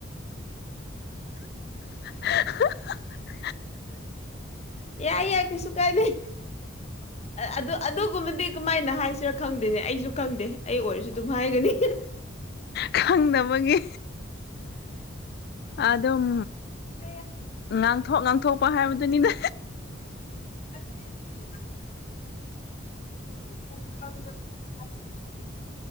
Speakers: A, on the left; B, on the left.
A: <inaudible>
B: ꯌꯥꯏ ꯌꯥ ꯀꯁꯨꯨ ꯀꯥꯏ ꯑꯗꯨ ꯑꯗꯨꯒꯨꯝꯕꯗꯤ ꯀꯃꯥꯏꯅ ꯍꯥꯏꯁꯤꯔꯥ ꯈꯪꯗꯦꯅꯦ ꯑꯩꯁꯨ ꯈꯪꯗꯦ ꯑꯩ ꯑꯣꯏꯔꯁꯨ ꯑꯗꯨꯝ ꯃꯥꯥꯏꯒꯅꯤ
A: ꯈꯪꯅꯕꯒꯤ ꯑꯗꯨꯝ
B: ꯑ
A: ꯉꯥꯡꯊꯣꯛ ꯉꯥꯡꯊꯣꯛꯄ ꯍꯥꯏꯕꯗꯨꯅꯤꯅꯦ
B: <unintelligible>